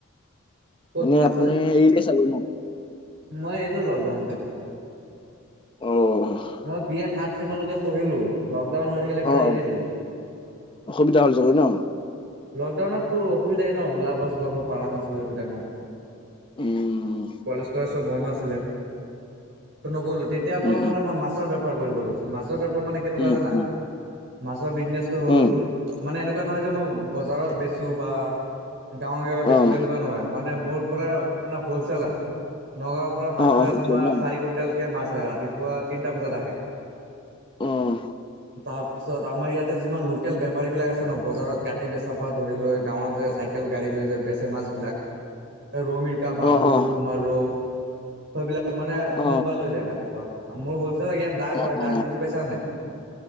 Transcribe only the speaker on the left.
এনেই
আপোনাৰ এৰিতে <unintelligible> চালো ন।
অঁ
অ অ
অসুবিধা হল চাগৈ ন৷
উম,
উম,
উম,
উম,
উম,
উম,
অ',
অ',
অ', হৈছে
ন?
অ',
অ', অ',
অ',
অ-অ